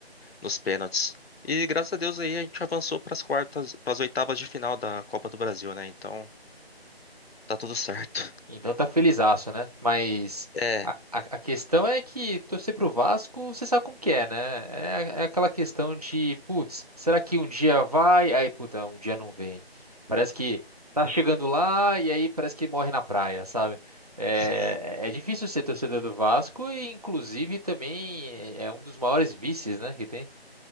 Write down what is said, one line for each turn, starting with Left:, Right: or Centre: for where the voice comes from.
Left: nos pênaltis. E graças a Deus aí a gente avançou para as quartas, para as oitavas de final da Copa do Brasil, né? Então tá tudo certo.
Right: Então tá felizaço, né? Mas
Left: É,
Right: a, a, a questão é que torcer pro Vasco, você sabe como que é, né? É, é aquela questão de, putz, será que um dia vai? Aí, puta, um dia não vem. Parece que tá chegando lá e aí parece que morre na praia, sabe? É,
Left: sim,
Right: é difícil ser torcedor do Vasco e, inclusive, também é um dos maiores vícios, né, que tem.